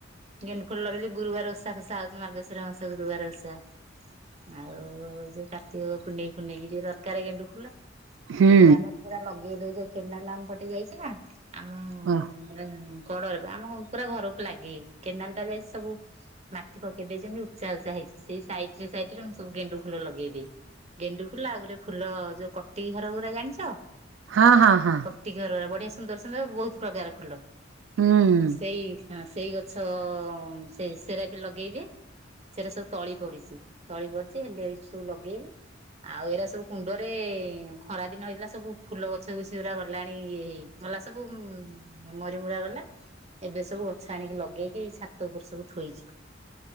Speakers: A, on the right (about 35°); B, on the right (about 80°).
A: ଗେଣ୍ଡୁ ଫୁଲ ଲଗେଇଲି ଗୁରୁବାର ଓଷା ଖଷା ହଉଛି। ମାର୍ଗଶିର ମାସ ଗୁରୁବାର ଓଷା। ଆଉ ଯୋଉ କାର୍ତ୍ତିକ ପୁନେଇ ଫୁନେଇକି ଟିକେ ଦରକାର ଗେଣ୍ଡୁ ଫୁଲ।
B: ହୁଁ
A: ସେମର ପୁରା ଲଗେଇଦ ଯୋଉ େଣ୍ଡାଲାମ ଫଟି ଯାଇଛି ନା ଆମ
B: ହୁଁ
A: <unintelligible> କଡରେ ବା ଆମ ପୁରା ଘରକୁ ଲାଗିକି କେନାଲ ଟା ଯାଇଛି ସବୁ। ମାଟି ପକେଇ ଦେଇଛନ୍ତି ଉଚା ଉଚା ହେଇଛି ସେଇ ସାଇଡରେ ସାଇଡରେ ମୁଁ ସବୁ ଗେଣ୍ଡୁ ଫୁଲ ଲଗେଇଛି। ଗେଣ୍ଡୁ ଫୁଲ ଆଉ ଗୋଟେ ଫୁଲ ଯୋଉ କଟିି ଘର ଗୁରା ଜାଣିଛ।
B: ହଁ -ହଁ- ହଁ।
A: କଟି ଘର ବଢିଆ ସୁନ୍ଦର ସୁନ୍ଦର ବହୁତ ପ୍ରକାର ଫୁଲ।
B: ହୁଁ
A: ସେଇ ହଁ ସେଇ ଗଛ ସେ ସେରା ବି ଲଗେଇବେ। ସେଟା ସବୁ ତଳି ପଡିଛି ତଳି ପଡିଛି ହେଲେ ଏଠି ସବୁ ଲଗେଇବ। ଆଉ ଏରା ସବୁ କୁଣ୍ଡରେ ଖରା ଦିନ ହେଇଥିଲା ସବୁ ଫୁଲ ଗଛ ବିଛୁ ପା ଗଲାଣି ଇଏ ହେଇ ଗଲା ସବୁ। ମରିମୁର ଗଲା ଏବେ ସବୁ ଗଛ ଆଣିକି ଲଗେଇକି ଛାତ ଉପରେ ସବୁ ଥୋଇଛୁ।